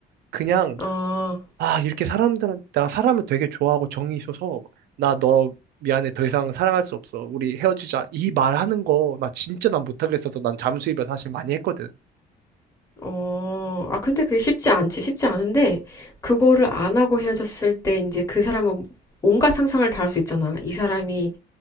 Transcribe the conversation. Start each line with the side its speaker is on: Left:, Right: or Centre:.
Right: 그냥
Left: 아,
Right: 아, 이렇게 사람들한테 나 사람을 되게 좋아하고 정이 있어서 나 너 미안해 더 이상 사랑할 수 없어. 우리 헤어지자. 이 말하는 거 나 진짜 난 못하겠어서 난 잠수입을 사실 많이 했거든.
Left: 어, 아, 근데 그게 쉽지 않지. 쉽지 않은데, 그거를 안 하고 헤어졌을 때, 이제 그 사람은 온갖 상상을 다 할 수 있잖아. 이 사람이